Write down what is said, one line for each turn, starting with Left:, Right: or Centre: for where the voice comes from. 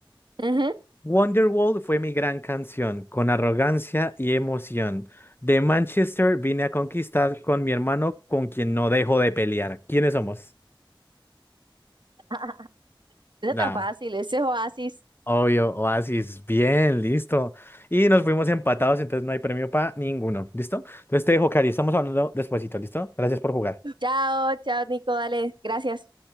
Right: Ujú.
Left: Wonderwall fue mi gran canción, con arrogancia y emoción. De Manchester vine a conquistar con mi hermano, con quien no dejo de pelear. ¿Quiénes somos?
Right: <laughs> No
Left: Nah,
Right: es tan fácil, ese es Oasis.
Left: obvio, Oasis. Bien, listo. Y nos fuimos empatados, entonces no hay premio para ninguno. ¿Listo? Entonces te dejo, Cari. Estamos hablando despuesito, ¿listo? Gracias por jugar.
Right: Chao, chao, Nico, dale, gracias.